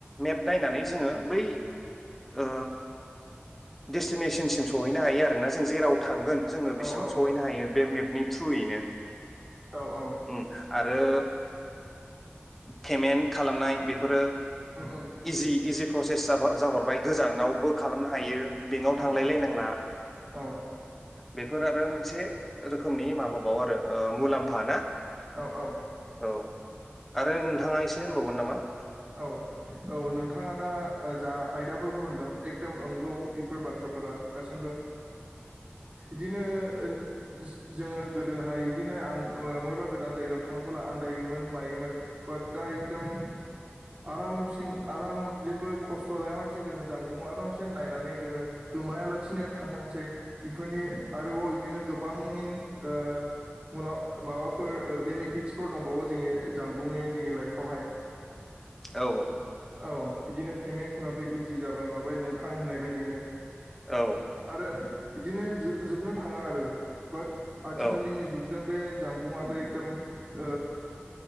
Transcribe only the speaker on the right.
औ औ
औऔ
उम उम
औ
औ
औऔ
औ औ नोंथाङा दा ओ जा आयदाफोरखौ होनदों एकदम अंगौ बेफोर बाथ्राफोरा दासिमबो इदिनोह ओ जो-जोङो गोदोहाय इदिनो आन माइबा गोदान जायगायाव थांबोला आन्दायोमोन मायोमोन बाद दा एकदम आरामसिन आराम जेबो खस्थ लायामासि जोङो जानबुंङा आरामसे नायनानै जोङो गोमायालासिनो थांनो हासै इफोरनि आरोबाव इदिनो गोबां इन ओ मुलाव ओ माबाफोर ओ बेनिफिटसफोर दंबावो जोङनि जानबुंङनि जोंनि लाइफआवहाय।
औ। इदिनो पेमेन्टफोराबो इजि जाबाय माबाय नोंथां होनाय बायदिनो।
आरो इदिनो जो-जोबनो थाङा आरो बाट आथिखालिनि
जुगजों बे जामबुंङा बे एकदम ओ